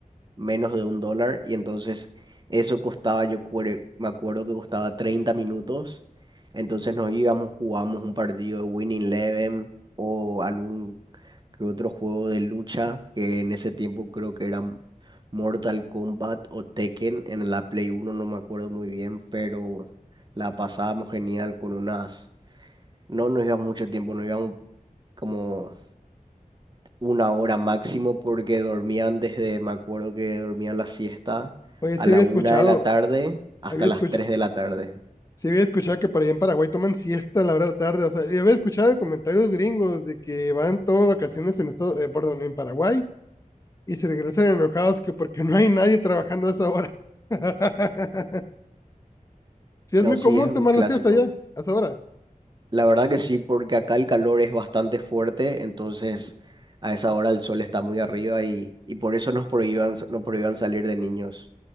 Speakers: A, on the right; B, on the left.
A: menos de un dólar, y entonces eso costaba, yo cuere- me acuerdo que costaba 30 minutos, entonces nos íbamos, jugábamos un partido de Winning Eleven o algún que otro juego de lucha, que en ese tiempo creo que eran Mortal Kombat o Tekken, en la Play uno no me acuerdo muy bien, pero la pasábamos genial con unas, no nos íbamos mucho tiempo, nos íbamos como una hora máximo porque dormían desde, me acuerdo que dormían la siesta
B: Oye,
A: a
B: sí
A: la
B: había escuchado,
A: una de la tarde hasta
B: había escuchado,
A: las tres de la tarde.
B: sí había escuchado que para allá en Paraguay toman siesta a la hora de la tarde. O sea, yo había escuchado de comentarios gringos de que van todas vacaciones en esto, eh, perdón, en Paraguay y se regresan enojados que porque no hay nadie trabajando a esa hora. <laughs> sí, es
A: No,
B: muy
A: sí,
B: común
A: es un
B: tomar
A: clásico.
B: las siestas allá, a esa hora.
A: La verdad que sí, porque acá el calor es bastante fuerte, entonces a esa hora el sol está muy arriba y, y por eso nos prohíban, nos prohíban salir de niños,